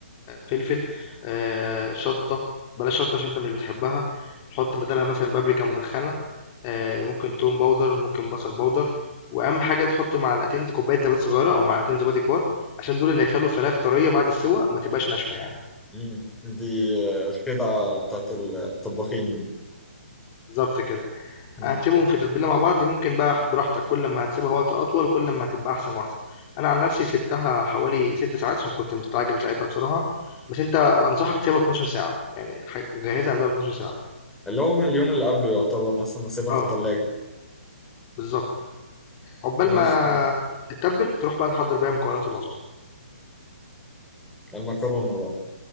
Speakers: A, on the left; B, in the centre.
A: فلفل آه، شطة بلاش شطة عشان انت مش بتحبها حط بدلها مثلا بابريكا مدخنة آه، ممكن توم باودر ممكن بصل باودر واهم حاجة تحط معلقتين كوباية زبادي صغيرة او معلقتين زبادي كبار عشان دول اللي هيخلوا الفراخ طرية بعد السوى ما تبقاش ناشفة يعني
B: مم. دي خدعه بتاعت الطباخين دي
A: بالظبط كده
B: مم.
A: هتسيبهم في تتبيلة مع بعض ممكن بقى براحتك كل ما هتسيبها وقت اطول كل ما هتبقى احسن واحسن انا عن نفسي سبتها حوالي ست ساعات عشان كنت مستعجل ساعتها بصراحة بس انت انصحك تسيبها 12 ساعة يعني ح- جهزها قبلها ب 12 ساعة
B: اللي هو من اليوم اللي قبله يعتبر مثلا اسيبها
A: اه
B: في الثلاجه
A: بالظبط عقبال
B: ماشي
A: ما
B: حلو
A: تتبل تروح بقى تحضر بقى مكونات الوصفة
B: المكرونه بقى